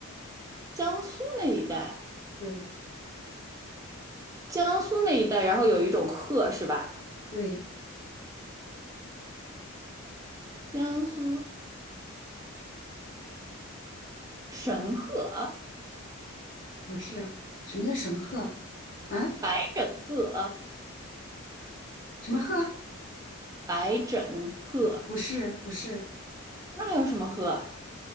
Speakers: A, on the right; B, on the left.
A: 江苏那一带，
B: 对
A: 江苏那一带，然后有一种鹤是吧？
B: 对，
A: 江苏神鹤、
B: 不是，什么叫神鹤啊？
A: 白枕鹤、
B: 什么鹤？
A: 白枕鹤，
B: 不是不是，
A: 那还有什么鹤啊？